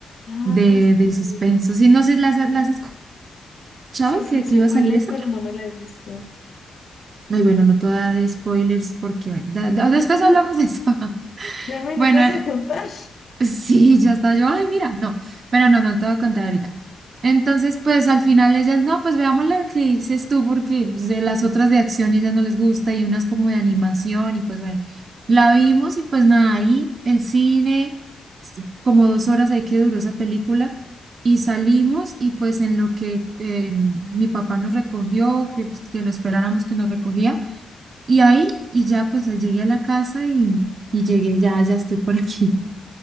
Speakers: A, on the left; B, on the right.
A: Ah,
B: de, de
A: sí.
B: suspenso. Sí, no sé, ¿las, las has escuchado
A: Sí, sí,
B: que,
A: sé
B: que iba
A: cuál
B: a salir
A: es,
B: esa?
A: pero no me la he visto.
B: Ay, bueno, no te voy a dar spoilers porque, bueno, da- da- después
A: <laughs>
B: hablamos de eso. <laughs>
A: Ya me
B: Bueno,
A: la ibas a contar.
B: sí, ya está yo, ay, mira, no, pero no, no te voy a contar ahorita. Entonces, pues al final ellas, no, pues veamos la que dices tú porque pues, de las otras de acción ellas no les gusta y unas como de animación y pues bueno, la vimos y pues nada, ahí el cine, s- como dos horas ahí que duró esa película y salimos y pues en lo que eh, mi papá nos recogió, que, pues, que lo esperáramos que nos recogía. Y ahí, y ya pues llegué a la casa y, y llegué ya, ya estoy por aquí. <laughs>